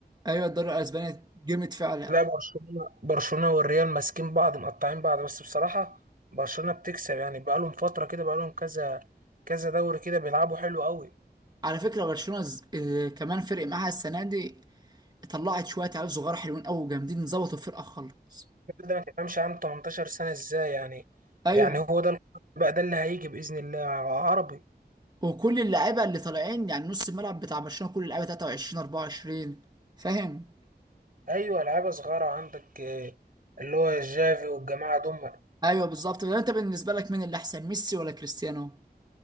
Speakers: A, on the right; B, on the right.
A: ايوه الدوري الاسباني جامد فعلا
B: لا برشلونة برشلونة والريال ماسكين بعض مقطعين بعض بس بصراحة برشلونة بتكسب يعني بقالهم فترة كده بقالهم كذا كذا دوري كده بيلعبوا حلو قوي
A: على فكره برشلونه ز- آه، كمان فرق معاها السنه دي طلعت شويه عيال صغار حلوين قوي وجامدين ظبطوا الفرقه خالص
B: الراجل ده ما تفهمش عام 18 سنة ازاي يعني
A: ايوه
B: يعني هو ده ال- بقى ده اللي هيجي بإذن الله عربي
A: وكل اللعيبه اللي طالعين يعني نص الملعب بتاع برشلونه كل اللعيبه 23 24 فاهم
B: ايوه لعيبة صغيرة عندك آه، اللي هو جافي والجماعة دول
A: ايوه بالظبط ده انت بالنسبه لك مين اللي احسن ميسي ولا كريستيانو